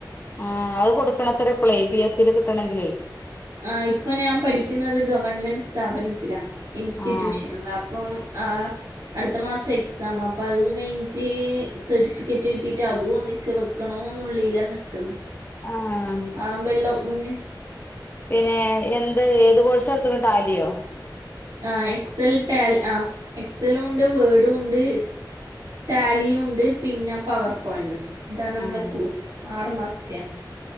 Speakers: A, on the left; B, on the right.
A: ആ അത് കൊടുക്കണത്ര എപ്പളേ പി എസ് സി ൽ കിട്ടണെങ്കിലേ --
B: ആ ഇപ്പൊ ഞാൻ പഠിക്കുന്നത് ഗവൺമെന്റ സ്ഥാപനത്തിലാ ഇൻസ്റ്റിറ്റ്യൂഷനൽ
A: ആഹ്
B: അപ്പം ആ അടുത്ത മാസം എക്സാം അപ്പൊ അതും കഴിഞ്ഞിട്ട് സർട്ടിഫിക്കറ്റ് കിട്ടിട്ട് അതും ഒന്നിച്ച് വെക്കണോന്നുള്ളില നിക്കുന്ന
A: ആഹ്
B: ആതാവുമ്പം എല്ലാം ഒന്നി
A: ഏ എന്ത് ഏത് കോഴ്സ് എടുത്തത് ടാലിയോ
B: ആ എക്സെൽ ടാൽ ആ എക്സെലും ഉണ്ട് വേഡും ഉണ്ട്. ട്ടാലിയും ഉണ്ട് പിന്നെ പവർ പോയിന്റും ഇതാ നമ്മളെ
A: ആഹ്
B: കൂസ് ആറു മാസത്തെയാ